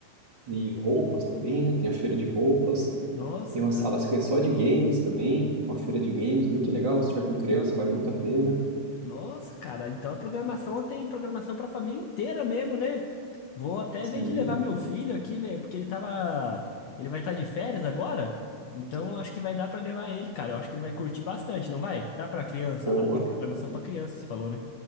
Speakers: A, on the right; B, on the left.
A: e roupas também, né, tem a feira de roupas,
B: Nossa,
A: tem uma
B: cara.
A: sala que é só de games também, uma feira de games, muito legal, se tiver com criança, vale muito a pena.
B: Nossa, cara, então a programação ela tem programação para família inteira mesmo, né? Vou até
A: Sim,
B: ver de levar meu filho aqui, velho, porque ele tava, ele vai estar de férias agora. Então acho que vai dar para levar ele, cara. Eu acho que ele vai curtir bastante, não vai? Dá para criança
A: boa,
B: lá, tem programação para criança, você falou, né?